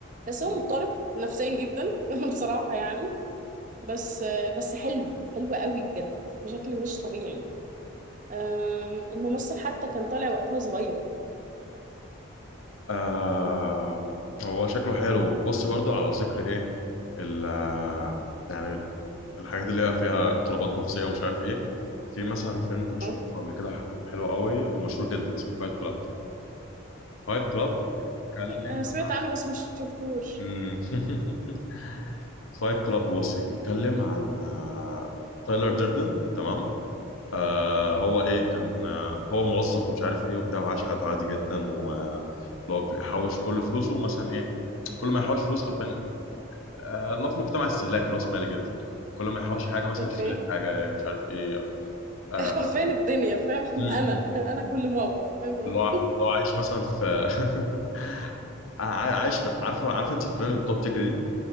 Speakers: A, on the right (about 40°); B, on the left (about 80°).
A: بس
B: مم.
A: هو مضطرب نفسيا جدا <laughs> بصراحة يعني بس بس حلو حلو قوي بجد بشكل مش طبيعي آم، الممثل حتى كان طالع وقتها صغير
B: آه هو شكله حلو بصي برضو على ذكر ايه ال آه، يعني الحاجات اللي هي فيها اضطرابات نفسية ومش عارف ايه في مثلا فيلم كنت
A: اوكي
B: شفته قبل كده ح- حلو قوي ومشهور جدا اسمه فايت كلاب فايت كلاب بيتكلم
A: انا سمعت
B: عن
A: عنه بس ما شفتوش
B: <laughs> فايت كلاب بصي <laughs> بيتكلم عن آه، تايلر ديردن تمام آه هو ايه كان آه، هو موظف ومش عارف ايه وبتاع وعاش حياته عادي جدا و آه، اللي هو بيحوش كل فلوسه مثلا ايه كل ما يحوش فلوس حرفيا آه، الله في مجتمع استهلاك راس مالي جدا كل ما يحوش حاجه مثلا
A: اوكي
B: يشتري حاجه مش عارف ايه آه،
A: <laughs> فين الدنيا فاهم
B: م-
A: انا
B: م.
A: انا كل معبط فاهم اه
B: اللي هو اللي هو عايش مثلا في <laughs> عاي- عايش عارفه عارفه انت الفيران اللي بتقعد تجري دي